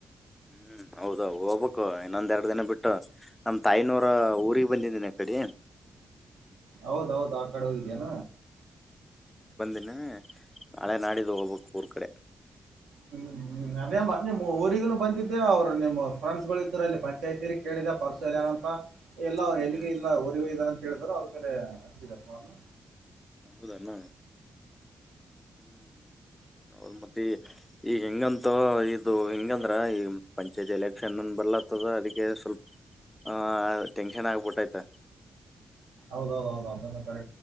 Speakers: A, on the left; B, on the right.
A: ಹ್ಮ್ ಹೌದ ಹೋಗ್ಬೇಕು ಇನ್ನೊಂದ್ ಎರಡು ದಿನ ಬಿಟ್ಟು ನಮ ತಾಯಿನವರ ಊರಿಗೆ ಬಂದಿದೀನಿ ಕಡೆ
B: ಹೌದೌದು ಆ ಕಡೆ ಹೋಗಿದ್ಯಾನ
A: ಇನ್ನ ನಾಳೆ ನಾಡಿದ ಹೋಗ್ಬೇಕು ಊರ್ ಕಡೆ
B: ಹ್ಮ್್ಮ ನದೇ ಮ ನಿಮ್ಮ ಊರಿಗನು ಬಂದಿದ್ದೆ ಅವ್ರು ನಿಮ್ಮ ಫ್ರೆಂಡ್ಸ್ ಗಳು ಇದ್ರು ಅಲ್ಲಿ ಪಂಚಾಯಿತಿಲಿ ಕೇಳಿದೆ ಪರಶುಲ್ ಏನ ಅಂತ ಎಲ್ಲ ಅವ್ರು
A: ಹ್ಮ್
B: ಎಲ್ಲಿಗೂ ಇಲ್ಲ ರಿಗೂ ಇದ್ದಾರ ಅಂತ ಹೇಳಿದ್ರು ಅವದಕಲ್ಲ ಹಸಿದಪ್ಪ ಅವನು
A: ಹೌದಾ ನ ಹ್ಮ್ ಅವೌದ ಮತ್ ಈ ಈಗ ಹೆಂಗಂತ ಇದು ಹೆಂಗಂದ್ರ ಈಗ ಮ ಪಂಚಾಯತ್ ಎಲೆಕ್ಷನ್ನ್ ಬರ್ ತದ ಅದಕ್ಕೆ ಸ್ವಲ್ಪ ಆ ಟೆನ್ಷನ್ ಆಗ್ಬಿಟ್ಟೈ್ತ
B: ಹೌದೌದೌದು ಅದ